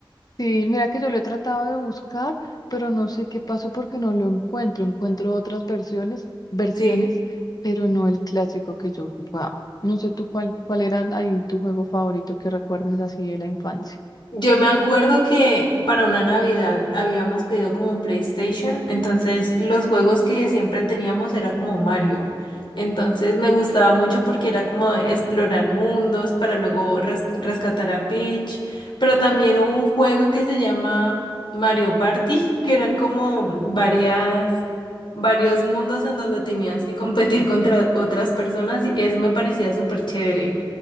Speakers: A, on the left; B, on the left.
A: Sí, mira que yo lo he tratado de buscar, pero no sé qué pasó porque no lo encuentro. Encuentro otras versiones, versiones,
B: Sí.
A: pero no el clásico que yo jugaba. No sé tú cuál, cuál era ahí tu juego favorito que recuerdes así de la infancia.
B: Yo me acuerdo que para una Navidad habíamos pedido como un PlayStation, entonces los juegos que siempre teníamos era como Mario. Entonces me gustaba mucho porque era como explorar mundos para luego res- rescatar a Peach. Pero también hubo un juego que se llama Mario Party, que eran como varias, varios mundos en donde tenías que competir contra otras personas y ese me parecía súper chévere.